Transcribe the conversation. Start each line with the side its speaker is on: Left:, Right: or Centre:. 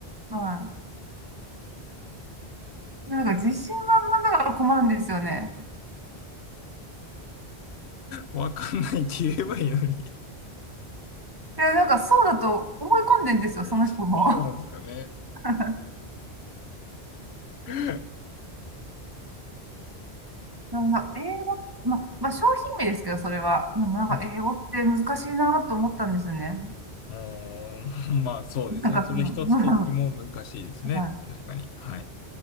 Right: はい。なんか自信満々だから困るんですよね。
Left: わかんないって言えばいいのに。
Right: いや、なんかそうだと思い込んでんですよ、その人も。
Left: そうなんですかね。
Right: <laughs>
Left: は
Right: なんか英語、ま、まあ、商品名ですけど、それは。でもなんか英語って難しいなと思ったんですよね。
Left: い。うーん、まあそうですね。
Right: なんかその、
Left: それ一つとっても難しいですね。
Right: <laughs> うんはい
Left: 確かに。はい。